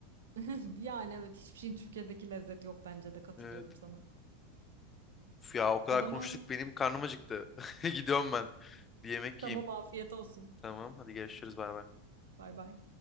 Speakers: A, on the right; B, on the left.
A: <laughs> Yani evet hiçbir şeyin Türkiye'deki lezzeti yok bence de katılıyorum
B: Evet.
A: sana.
B: Uf ya o kadar
A: O zaman
B: konuştuk benim karnım acıktı. <laughs> Gidiyorum ben. Bir yemek
A: tamam
B: yiyeyim.
A: afiyet olsun.
B: Tamam hadi görüşürüz bay bay.
A: Bay bay.